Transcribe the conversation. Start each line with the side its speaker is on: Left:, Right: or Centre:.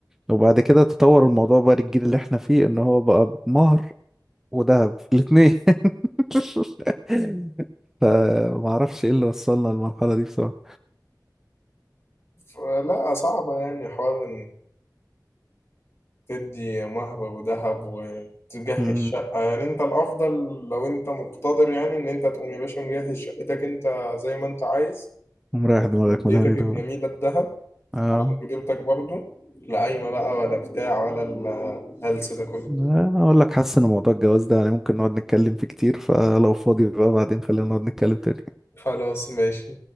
Centre: وبعد كده تطور الموضوع بقى للجيل اللي احنا فيه ان هو بقى مهر وذهب الاثنين <laughs> فما اعرفش ايه اللي وصلنا للمرحله دي بصراحه
Left: فلا صعبة يعني حوار تدي مهر وذهب وتجهز
Centre: امم
Left: شقة يعني انت الافضل لو انت مقتدر يعني ان انت تقوم يا باشا مجهز شقتك انت زي ما انت عايز
Centre: ومريح دماغك
Left: وبديتك
Centre: من الهري ده
Left: الجميلة
Centre: بقى.
Left: الذهب
Centre: اه
Left: على مقدرتك برضو لا قايمة بقى ولا بتاع ولا الهلس ده كله
Centre: انا اقول لك حاسس ان موضوع الجواز ده يعني ممكن نقعد نتكلم فيه كتير فلو فاضي بقى بعدين خلينا نقعد نتكلم تاني
Left: خلاص ماشي